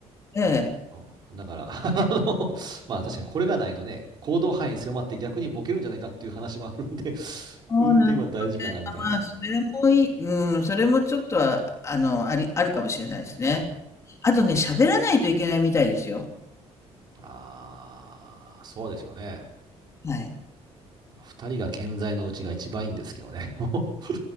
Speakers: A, on the left (about 25°); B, on the right (about 40°).
A: ええ。
B: うんだから、あの、<laughs> まあ確かにこれがないとね、行動範囲狭まって逆にボケるんじゃないかっていう話もあるんで、<laughs>
A: ああ、
B: 運転は大事かなみたいな。
A: なるほどね。まあ、
B: で
A: それもいいうん、それもちょっとは、あの、ありあるかもしれないですね。
B: すね。
A: あとね、喋らないといけないみたいですよ。
B: ああ、そうですよね。
A: はい。
B: 二人が健在のうちが一番いいんですけどね。<laughs> もう